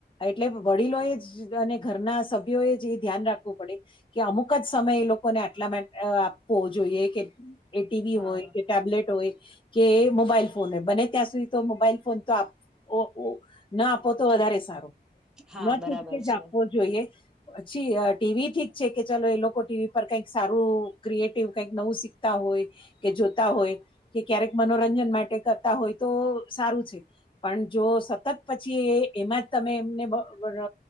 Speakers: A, on the left; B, in the centre.
A: એટલે વડીલોએ જ અને ઘરના સભ્યોએ જ એ ધ્યાન રાખવું પડે કે અમુક જ સમય એ લોકોને આટલા મા અ આપવો જોઈએ કે એ ટીવી
B: હા
A: હોય કે ટેબલેટ હોય કે મો બાઈલ ફોન હોય બને ત્યાં સુધી તો મોબાઈલ ફોન તો આપ વોઓ ના આપો તો વધારે સારુ
B: હા
A: ન
B: બરાબર
A: છૂટકે જ
B: છે
A: આપવો જોઈએ પછી ટીવી ઠીક છે, કે ચાલો એ લોકો ટીવી પર કંઈક સારું ક્રિએટિવ કંઈક નવું શીખતા હોય કે જોતા હોય કે ક્યારેક મનોરંજન માટે કરતા હોય તો સારું છે. પણ જો સતત પછી એ એમાં જ તમે એમને બ ર